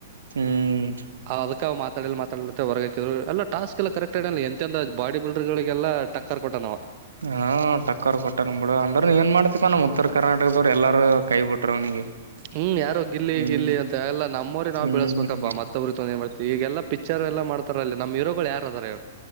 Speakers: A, on the right; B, on the right.
A: ಹ್ಮ್
B: ಅದಕ್ಕ್ ಮಾತಡಲ್ ಮಾತಾಡಲ ಅಂತ ಹೊರ್ಗ್ ಹಾಕುದ್ರು. ಎಲ್ಲ ಟಾಸ್ಕ್ ಇಲ್ಲ ಕರೆಕ್ಟ್ ಅಲ್ಲ ಎಂತಂದ ಬಾಡಿ ಬಿಲ್ಡರ್ಗಳಿಗೆ ಎಲ್ಲ ಟಕ್ಕರ್ ಕೊಟ್ಟನ್ ಅವ.
A: ಹಾ ಟಕ್ಕರ್ ಕೊಟ್ಟ ನ ಬಿಡು ಅಂದ್ರ ಏನ್ ಮಾಡ್ತತಿಪ ನಮ್ ಉತ್ತರ ಕರ್ನಾಟಕದವ್ರು ಎಲ್ಲಾರ ಕೈ ಬಿಟ್ರ ಅವನಿಗೆ.
B: ಹ್ಮ್ ಯಾರೋ ಗಿಲ್ಲಿ
A: ಹ್ಮ್
B: ಗಿಲ್ಲಿ ಅಂತ ಎಲ್ಲ ನಮ್ಮವ್ರಗಿ ನಾವ್
A: ಹ್ಮ್
B: ಬೆಳೆಸ್ಬೇಕಪ್ಪಾ ಮತ್ತೆ, <unintelligible> ಇ ಗೆಲ್ಲ ಪಿಚರ್ ಎಲ್ಲ ಮಾಡತಾರ ಅಲ್ಲಿ ನಮ್ಮ ಹೀರೋಗಳು ಯಾರ್ ಅದರ ಹೇಳ್.